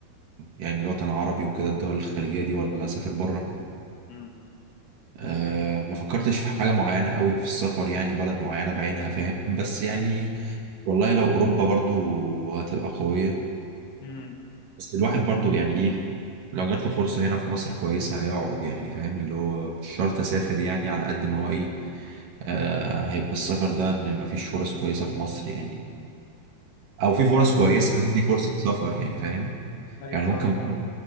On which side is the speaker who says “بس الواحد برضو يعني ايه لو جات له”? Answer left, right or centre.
Right